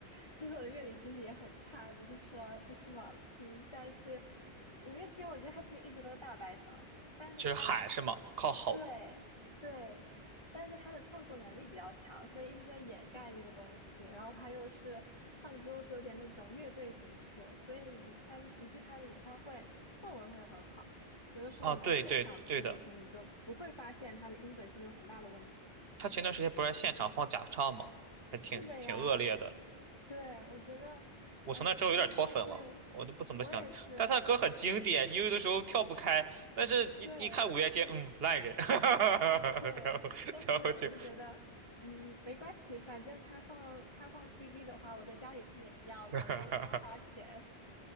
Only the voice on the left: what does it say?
其实我的乐理知识也很差，只是说就是盲听，但是五月天我觉得他其实一直都是大白嗓，但是他
对对，但是他的创作能力比较强，所以一直在掩盖这个东西。然后他又是唱歌，是有点那种乐队形式，所以你参你去他的演唱会氛围会很好。有的时候你在现场听，
可能你就不会发现他的音准其实有很大的问题。
是的呀，对，我觉得，
哎，演唱会
我也是，
对
<laughs> 对，但是我就觉得，嗯，没关系，反正他放他放 CD 的话，我在家里听也一样了，
我不用给他花钱。